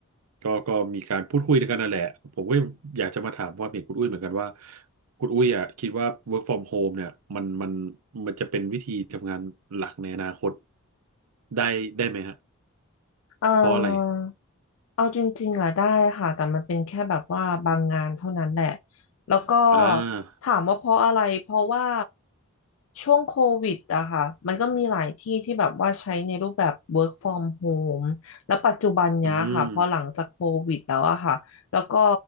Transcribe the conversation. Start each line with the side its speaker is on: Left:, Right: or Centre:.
Right: ก็ก็มีการพูดคุยกันนั่นแหละผมก็อยากจะมาถามความเห็นคุณอุ้ยเหมือนกันว่าคุณอุ้ยอะคิดว่า work from home เนี่ยมันมันมันจะเป็นวิธีทำงานหลักในอนาคตได้ได้ไหมฮะ
Left: เอ่อ
Right: เพราะอะไร
Left: เอาจริงๆอ่ะได้ค่ะแต่มันเป็นแค่แบบว่าบางงานเท่านั้นแหละแล้วก็
Right: อ่า
Left: ถามว่าเพราะอะไรเพราะว่าช่วงโควิดอะค่ะมันก็มีหลายที่ที่แบบว่าใช้ในรูปแบบ work from home แล้วปัจจุบันเนี้ยค่ะพอหลังจากโควิดแล้วอะค่ะแล้วก็
Right: อืม